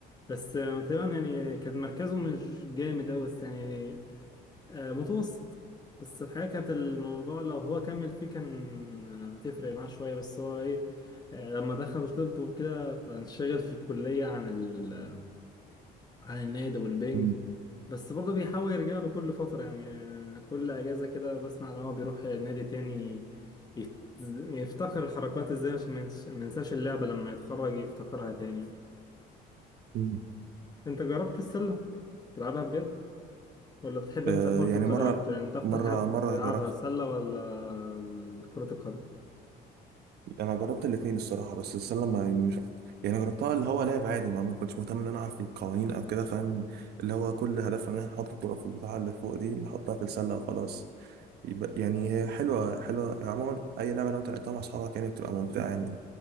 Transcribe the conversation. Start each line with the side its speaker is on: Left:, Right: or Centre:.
Left: بس آه، تقريبا يعني كان مركزه مش جامد أوي بس يعني آه، متوسط بس الحقيقة كانت الموضوع لو هو كمل فيه كان آه، هتفرق معاه شوية بس هو ايه آه، لما دخل طب وكده فانشغل في الكلية عن ال عن النادي والبنج
Right: مم.
Left: بس برضه بيحاول يرجع له كل فترة يعني آه، كل أجازة كده بسمع إن هو بيروح نادي تاني يت- يفتكر الحركات ازاي عشان ما ينس- ما ينساش اللعبة لما يتخرج يفتكرها تاني يعني.
Right: مم.
Left: انت جربت السلة تلعبها بجد؟ ولا بتحب انت
Right: أه
Left: كرة
Right: يعني
Left: القدم
Right: مره
Left: اكتر يعني انت اكتر
Right: مره
Left: حاجة بتلعبها
Right: مره جربت
Left: السلة ولا كرة القدم؟
Right: انا جربت الاتنين الصراحه بس السله ما يعني مش يعني جربتها اللي هو لعب عادي ما ما كنتش مهتم ان انا اعرف القوانين او كده فاهم اللي هو كل هدفنا ان احنا نحط الكره في البتاعه اللي فوق دي نحطها في السله وخلاص يبقى يعني هي حلوه حلوه عموما اي لعبه لو انت لعبتها مع اصحابك يعني بتبقى ممتعه يعني